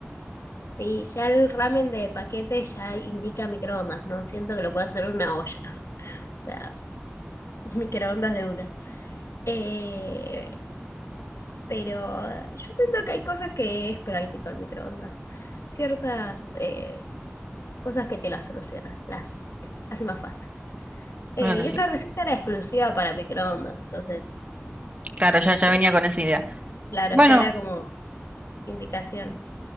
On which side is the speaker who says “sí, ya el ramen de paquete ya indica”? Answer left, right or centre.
Left